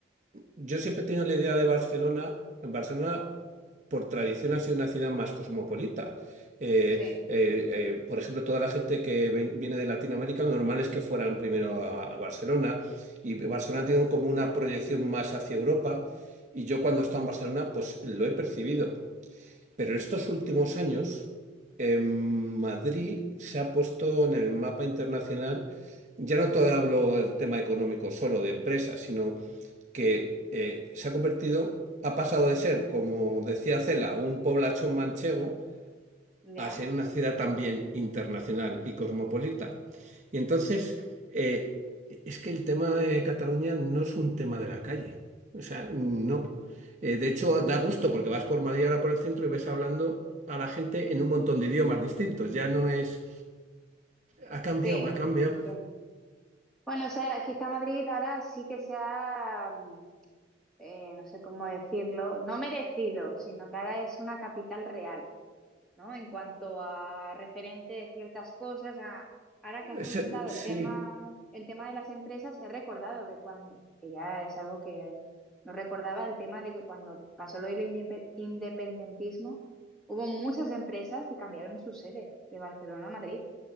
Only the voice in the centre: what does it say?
Sí,
ya.
Sí,
entiendo. Bueno, o sea, quizá Madrid ahora sí que sea, mm, eh, no sé cómo decirlo, no merecido, sino que ahora es una capital real. ¿no? En cuanto a referente de ciertas cosas, a- ahora que has comentado
el tema, el tema de las empresas, he recordado que cuando, que ya es algo que no recordaba, el tema de que cuando pasó lo del indepe- independentismo, hubo muchas empresas que cambiaron su sede de Barcelona a Madrid.